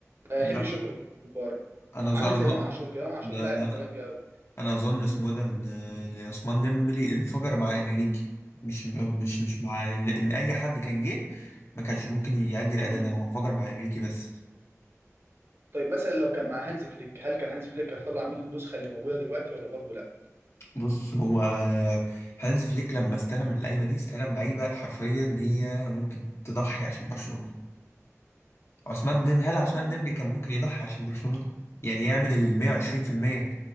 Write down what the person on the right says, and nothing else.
ما
يحبش يخرج بره
عامل
زي
امام عاشور كده امام عاشور
لاعب
مزاجنجي
قوي
طيب مثلا لو كان مع هانز فليك هل كان هانز فليك هيطلع منه النسخه اللي موجوده دلوقتي ولا برضه لا
امم